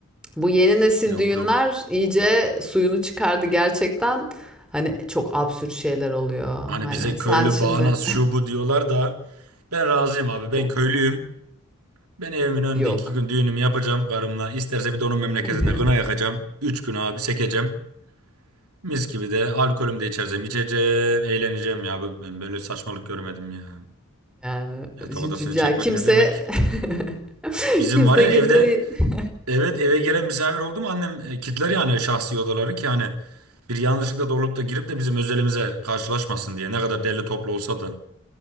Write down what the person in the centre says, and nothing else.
bu yeni nesil
düğünler
iyice suyunu çıkardı gerçekten. Hani çok absürt şeyler oluyor.
Hani
sen
şimdi
<laughs> Bu-
yok.
<laughs>
Yani
ya
kimse
<laughs>
kimse
kimse değil. <laughs>